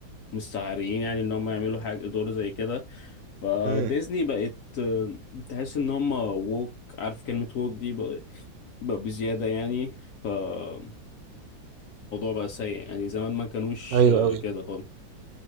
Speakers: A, on the left; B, on the right.
A: مستعارين يعني ان هم يعملوا حاجه دور زي كده فديزني
B: امم
A: بقت آه، تحس ان هم ووك عارف كلمه ووك دي بقى, بقى بزياده يعني فالموضوع بقى سيء يعني زمان ما كانوش
B: ايوه
A: آه،
B: أوي
A: كده خالص